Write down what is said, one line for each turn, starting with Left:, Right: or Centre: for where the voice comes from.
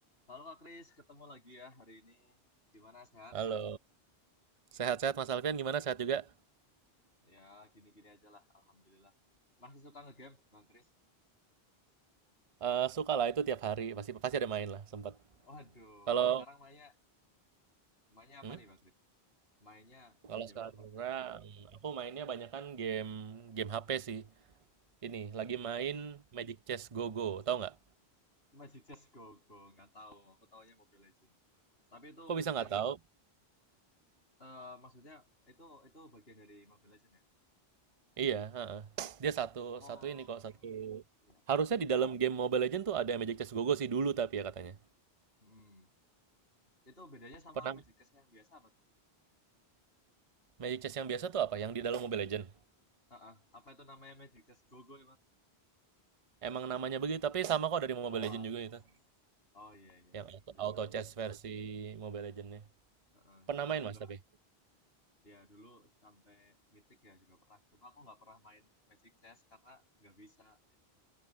Left: Halo Kak Kris, ketemu lagi ya hari ini. Gimana sehat?
Right: Halo, sehat-sehat Mas Alfian gimana? Sehat juga?
Left: Ya, gini-gini aja lah, Alhamdulillah. Masih suka ngegame, Bang Kris?
Right: Eh suka lah itu tiap hari pasti pasti ada main lah sempat.
Left: Waduh,
Right: Kalau
Left: sekarang mainnya, mainnya apa
Right: hmm?
Left: nih Bang Kris? Mainnya
Right: Kalau
Left: game
Right: sekarang
Left: apa sekarang?
Right: aku mainnya banyak kan game game HP sih. Ini lagi
Left: Hmm,
Right: main Magic Chess Go Go, tahu nggak?
Left: Magic Chess Go Go, nggak tahu. Aku taunya Mobile Legend. Tapi itu
Right: Kok
Left: Magic
Right: bisa nggak
Left: Chess,
Right: tahu?
Left: eh, maksudnya itu itu bagian dari Mobile Legend ya?
Right: Iya, heeh. Dia satu
Left: Oh,
Right: satu ini kok satu.
Left: iya.
Right: Harusnya di dalam game Mobile Legend tuh ada Magic Chess Go Go sih dulu tapi ya katanya.
Left: Hmm. Itu bedanya sama
Right: Pernah
Left: Magic Chess yang biasa apa tuh?
Right: Magic Chess yang biasa tuh apa? Yang di dalam Mobile Legend.
Left: Heeh, Apa itu namanya Magic Chess Go Go
Right: Emang namanya begitu tapi sama kok dari Mobile
Left: Oh
Right: Legend
Left: alah.
Right: juga itu.
Left: Oh iya iya
Right: Yang
Left: iya,
Right: auto,
Left: berarti
Right: auto
Left: tahu.
Right: chess versi Mobile legend
Left: Heeh.
Right: Pernah
Left: Cuma
Right: main
Left: aku
Right: Mas
Left: nggak,
Right: tapi?
Left: ya dulu sampai mitik ya juga pernah. Cuma aku nggak pernah main Magic Chess karena nggak bisa.